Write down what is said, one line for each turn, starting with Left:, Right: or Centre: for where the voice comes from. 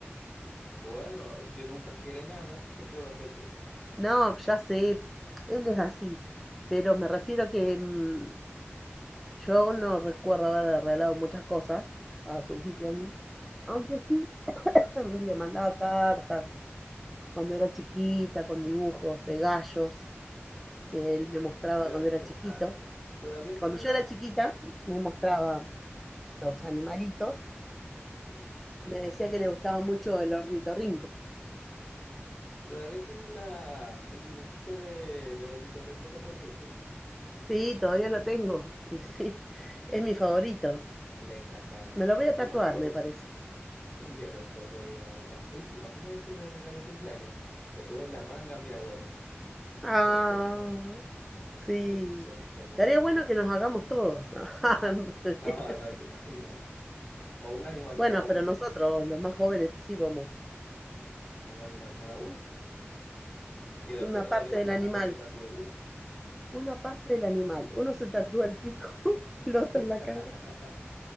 Left: Bueno, si nunca quiere nada, ¿qué puedo hacer yo?
Centre: No, ya sé, él es así, pero me refiero que mm, yo no recuerdo haber regalado muchas cosas para su cumpleaños, aunque sí <clears throat> le mandaba cartas cuando era chiquita, con dibujos de gallos que él me mostraba
Left: Toda-
Centre: cuando era
Left: to-
Centre: chiquito.
Left: Todavía tienes...
Centre: Cuando yo era chiquita, me mostraba los animalitos
Left: ujú.
Centre: y me decía que le gustaba mucho el ornitorrinco.
Left: Todavía tienes la, el dibujito de, del ornitorrinco con sombrerito.
Centre: Sí, todavía lo tengo <laughs> y sí, es mi favorito.
Left: Le encantaba.
Centre: Me lo voy a
Left: Yo
Centre: tatuar,
Left: me acuerdo.
Centre: me parece.
Left: Un día de esto sería, la verdad. Uy, ¿te imaginas eso de regalo de cumpleaños? Te subes la manga, mira, abuelo,
Centre: Ah,
Left: se lo enseñas ahí.
Centre: sí.
Left: Uy, se, se muere,
Centre: Estaría
Left: se
Centre: bueno
Left: muere.
Centre: que nos
Left: <laughs>
Centre: hagamos todos. <laughs>
Left: No, no, ¿te imaginas? O un animal
Centre: Bueno,
Left: cada uno,
Centre: pero nosotros, los más jóvenes, sí vamos.
Left: o un animal cada uno. Y después
Centre: Una
Left: nos
Centre: parte
Left: lo llevamos
Centre: del animal,
Left: a que él se tatúe uno.
Centre: una parte del animal. Uno se tatúa el pico, <laughs> el otro
Left: <laughs>
Centre: la cabeza.